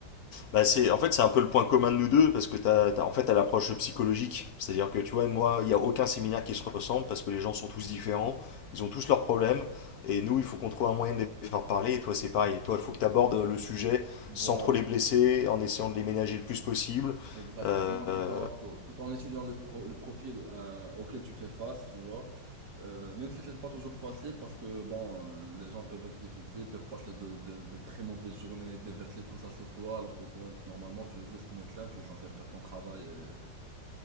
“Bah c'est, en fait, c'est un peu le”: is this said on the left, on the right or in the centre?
Left